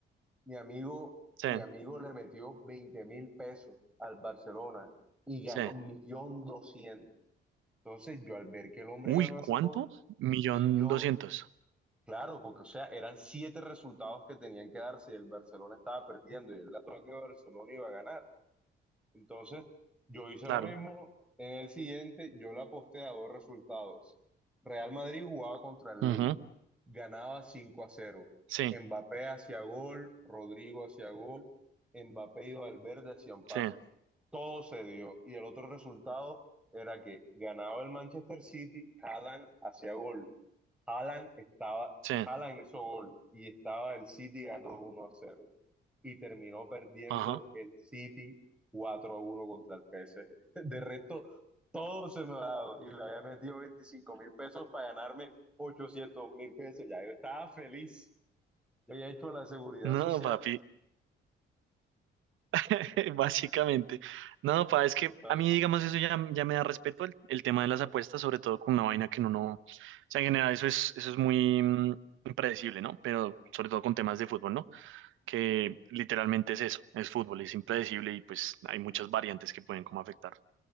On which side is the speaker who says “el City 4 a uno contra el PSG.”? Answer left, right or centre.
Centre